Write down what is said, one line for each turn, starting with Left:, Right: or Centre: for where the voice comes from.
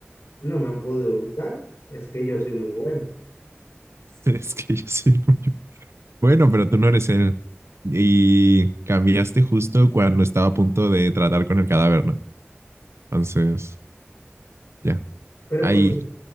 Left: no me han podido ubicar, es que yo soy muy bueno.
Right: <laughs> Es que yo soy muy bueno, pero tú no eres él. Y cambiaste justo cuando estaba a punto de tratar con el cadáver, ¿no? Entonces, Ya,
Left: Pero
Right: ahí.
Left: porque,